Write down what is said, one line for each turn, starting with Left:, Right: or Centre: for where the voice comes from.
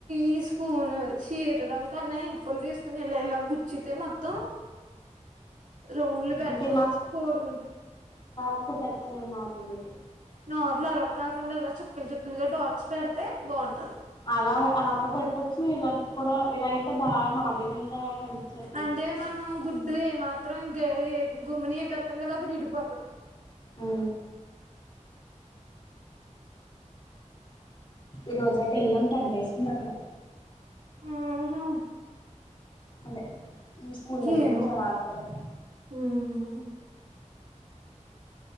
Right: ఈ స్పూన్ చీరడం కన్నాయినుప్పులు తీసుకుని ఇలా ఇలా గుచ్చితే మొత్తం రౌండ్లు బెటర్
Left: అంటే
Right: కోడిగుడ్లు
Left: ఎటుపట్లనో నాకు లేదు
Right: నోట్ అలాక్కకుండల్లా చుక్కల్ చుకుల్గా డా పెడితే బాగుంటది
Left: అలా అలాగ పెట్టొచ్చు ఇలా కూడా ఇలా అయితే బాగా నాట్ల కింద కనిపించేస్తున్నాయి
Right: అంటే మనం గుడ్డు ఏ మాత్రం ఏ గుమ్మిని ఇటు వాతం కదా అప్పుడు ఇడిపోతది,
Left: ఉ ఈ రోజు అటు వెళ్ళాం టెన్ డేస్ ఉంది అక్కడ
Right: ఉహు
Left: అదే స్కూల్ దగ్గర
Right: ఏమో
Left: నుంచి అలా ఆదుకోవడం
Right: ఉమ్